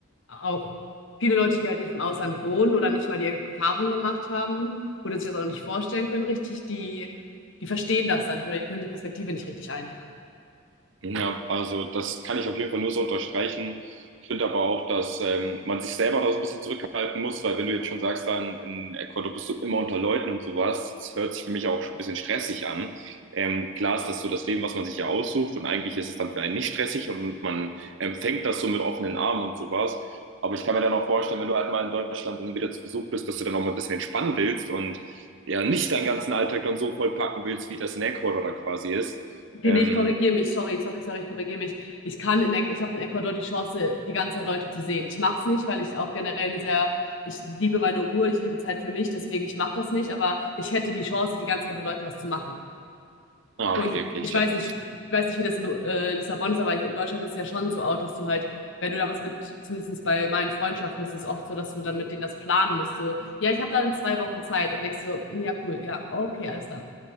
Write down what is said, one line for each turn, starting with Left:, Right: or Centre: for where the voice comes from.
Left: auch viele Leute, die halt nicht im Ausland wohnen oder nicht mal die Erfahrung gemacht haben oder sich das auch nicht vorstellen können richtig, die, die verstehen das dann nicht oder die können die Perspektive nicht richtig einnehmen.
Right: Ja, also das kann ich auf jeden Fall nur so unterstreichen. Ich finde aber auch, dass ähm, man sich selber da so ein bisschen zurückhalten muss, weil wenn du jetzt schon sagst, dann in Ecuador bist du immer unter Leuten und sowas, das hört sich für mich auch ein bisschen stressig an. Ähm, klar ist das so das Leben, was man sich ja aussucht und eigentlich ist es dann für einen nicht stressig und man empfängt das so mit offenen Armen und sowas. Aber ich kann mir dann auch vorstellen, wenn du halt mal in Deutschland dann wieder zu Besuch bist, dass du dann auch mal ein bisschen entspannen willst und ja nicht deinen ganzen Alltag dann so vollpacken willst, wie das in Ecuador dann quasi ist.
Left: Okay,
Right: Ähm,
Left: nee, ich korrigiere mich, sorry, sorry, sorry, ich korrigiere mich. Ich kann in, Ecuador, ich habe in Ecuador die Chance, die ganze Zeit Leute zu sehen. Ich mache es nicht, weil ich auch generell eine sehr, ich liebe meine Ruhe, ich liebe Zeit für mich, deswegen ich mache das nicht, aber ich hätte die Chance, die ganze Zeit mit Leuten was zu machen.
Right: Ah,
Left: Und
Right: okay, okay,
Left: ich
Right: ich check.
Left: weiß nicht, ich weiß nicht, wie das in äh, Lissabon ist, aber hier in Deutschland ist es ja schon so auch, dass du halt, wenn du da was mit, zumindest bei meinen Freundschaften ist es oft so, dass du dann mit denen das planen musst. So, ja, ich habe dann in zwei Wochen Zeit und denkst so, ja, cool, ja, okay, alles da.